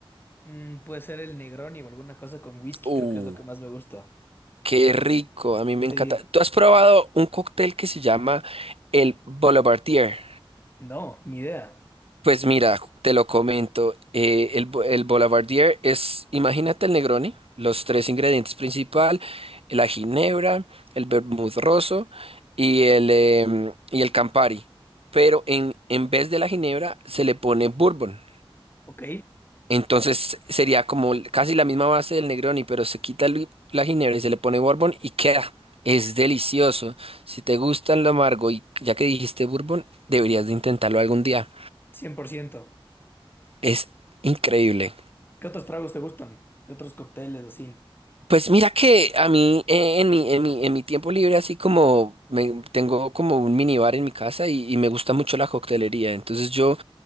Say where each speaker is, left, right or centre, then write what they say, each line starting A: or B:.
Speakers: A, on the left; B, on the right.
A: Mm, puede ser el Negroni o alguna cosa con whisky,
B: Uh,
A: creo que es lo que más me gusta.
B: qué rico, a mí
A: Sí,
B: me encanta. ¿Tú has probado un cóctel que se llama el Boulevardier?
A: no, ni idea.
B: Pues mira, te lo comento, eh, el, bo- el Boulevardier es, imagínate el Negroni, los tres ingredientes principal, la ginebra, el vermut rosso y el, em, y el Campari, pero en, en vez de la ginebra se le pone bourbon.
A: Ok,
B: Entonces sería como casi la misma base del Negroni, pero se quita el- la ginebra y se le pone bourbon y queda. Es delicioso. Si te gusta lo amargo y ya que dijiste bourbon, deberías de intentarlo algún día.
A: 100%.
B: Es increíble.
A: ¿Qué otros tragos te gustan? ¿Qué otros cócteles así?
B: Pues mira que a mí eh, en mi, en mi, en mi tiempo libre así como me- tengo como un minibar en mi casa y, y me gusta mucho la coctelería. Entonces yo